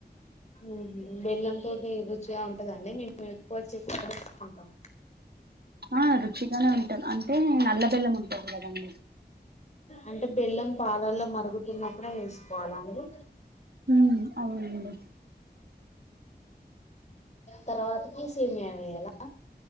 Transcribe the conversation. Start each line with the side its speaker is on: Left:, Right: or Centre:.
Left: ఊహూ బెల్లం తోటి రుచిగా ఉంటదండి మేము ఎక్కువ చెక్కర తీసుకుంటాం
Right: ఆ రుచిగానే ఉంటా అంటే నల్ల బెల్లం ఉంటుంది కదండి
Left: అంటే బెల్లం పాలల్లో మరుగుతున్నప్పుడే ఏసుకోవాలండి
Right: ఉ అవునండి
Left: తర్వాతకి సేమియా వేయాలా